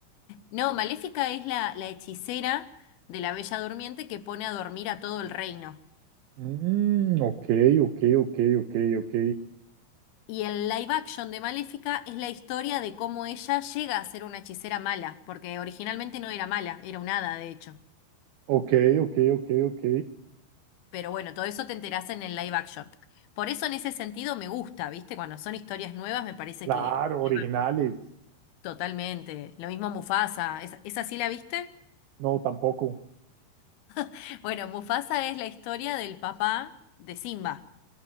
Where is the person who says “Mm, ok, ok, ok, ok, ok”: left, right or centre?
Right